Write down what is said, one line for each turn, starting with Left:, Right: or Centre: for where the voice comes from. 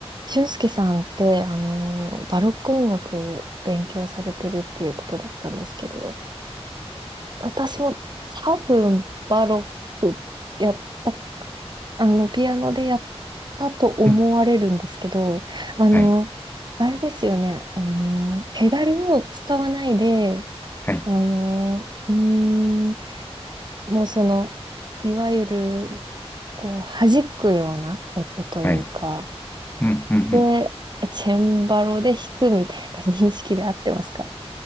Right: 俊介さんって、あの、バロック音楽を勉強されてるっていうことだったんですけど、私も多分バロックやった、あの、ピアノでやったと思われるんですけど、
Left: うん。
Right: あの、
Left: はい。
Right: あれですよね、あの、ペダルを使わないで、
Left: はい。
Right: あの、うーん、もうその、いわゆる、こう、弾くような音というか、
Left: はい。うん。うん。うん。
Right: で、チェンバロで弾くみたいな認識で合ってますか